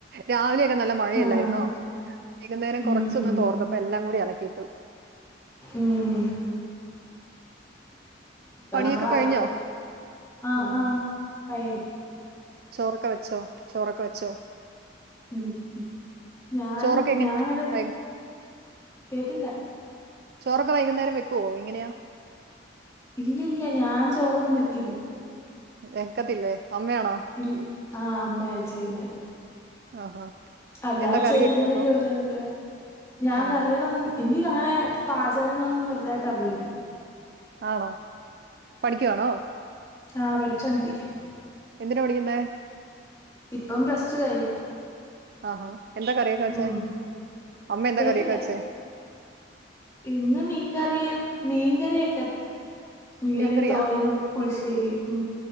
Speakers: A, on the right (about 50°); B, on the left (about 15°).
A: രാവിലെയ ഒക്കെ നല്ല മഴയല്ലായിരുന്നോ
B: ആഹ്
A: വൈകുന്നേരം
B: ഉം
A: കുറച്ചൊന്ന്
B: ഉം
A: തോർന്നപ്പ എല്ലാം കൂടി അലക്കിയിട്ടു
B: ഉം ഇപ്പൊ
A: പണിയൊക്കെ
B: നമ്മളറിയത്തില്ല
A: കഴിഞ്ഞോ
B: ആഹ്
A: ഉം
B: ആഹ് കഴിഞ്ഞു
A: ചോറൊക്കെ വെച്ചോ ചോറൊക്കെ വെച്ചോ
B: മം ഞാൻ
A: ചോറൊക്കെ എങ്ങനെ
B: ഞാൻങ്ങനെ
A: വൈ
B: കേട്ടില്ല
A: ചോറൊ വൈകുന്നേരം വെക്കുവോ എങ്ങനായ
B: ഇല്ല ഇല്ല ഞാൻ ചോറൊന്നും വെക്കില്ലേ
A: വേക്കത്തില്ലേ അമ്മയാണോ
B: ഇ ആഹ് അമ്മയ ചെയ്യുന്നെ എല്ലാം
A: ആഹ് ആഹാ
B: അല്ലതെ
A: എന്താ കറിയൊക്കെ
B: ചെറിയ ചെറിയ
A: അപ്പൊ
B: ജോലികളൊക്കെ ഞാൻ
A: ഉം
B: കറികള് എനിക്ക് അങ്ങനെ പാചകങ്ങളൊന്നും വലുതായിട്ട് അറിയില്ല
A: ആണോ പഠിക്കുവാണോ
B: ആ പഠിച്ചുകൊണ്ടിരിക്ക
A: എന്തിനാ പഠിക്കുന്നെ
B: ഇപ്പം പ്ലസ് റ്റു കഴിഞ്ഞ്
A: ആഹാ എന്താ കറിയക്കവെച്ചേ
B: ഉം
A: അമ്മ എന്താ
B: കേട്ടില്ല
A: കറിയക്ക വച്ചേ
B: ഇന്ന് മീൻകറിയും മീൻകറിയൊക്കെ മീൻകറിയും
A: മീൻകറിയാ
B: തോരനും പുളിശ്ശേരി ഉം